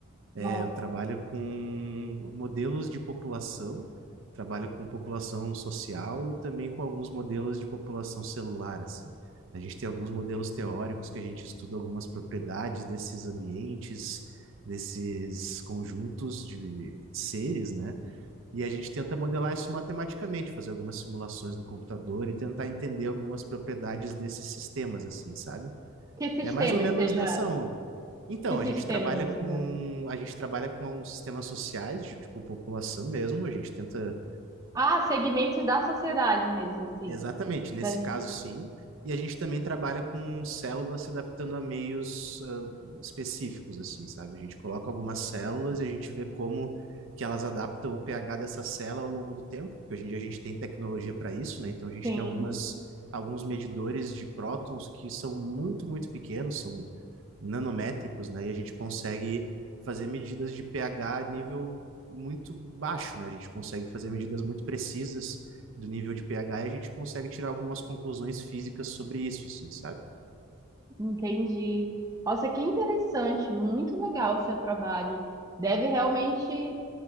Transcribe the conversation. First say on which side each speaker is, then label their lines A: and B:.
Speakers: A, on the right; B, on the right.
A: é,
B: Nossa,
A: eu trabalho com modelos de população, trabalho com população social e também com alguns modelos de população celular, assim. A gente tem alguns modelos teóricos que a gente estuda algumas propriedades desses ambientes, desses conjuntos de seres, né? E a gente tenta modelar isso matematicamente, fazer algumas simulações no computador e tentar entender algumas propriedades desses sistemas, assim, sabe?
B: que sistemas
A: É mais ou menos
B: você já...
A: nessa onda. Então,
B: Que sistemas
A: a gente trabalha
B: você
A: com
B: já...
A: a gente trabalha com alguns sistemas sociais de tipo população mesmo. A gente tenta
B: Ah, segmentos da sociedade mesmo, assim.
A: Exatamente, nesse
B: Das...
A: caso sim. E a gente também trabalha com células se adaptando a meios ah, específicos, assim, sabe? A gente coloca algumas células e a gente vê como que elas adaptam o pH dessa célula ao longo do tempo, porque hoje em dia a gente tem tecnologia para isso, né? Então a gente
B: Sim.
A: tem algumas, alguns medidores de prótons que são muito, muito pequenos, são nanométricos, né? E a gente consegue fazer medidas de pH a nível muito baixo, né? A gente consegue fazer medidas muito precisas do nível de pH e a gente consegue tirar algumas conclusões físicas sobre isso, assim, sabe?
B: Entendi. Nossa, que interessante, muito legal o seu trabalho. Deve realmente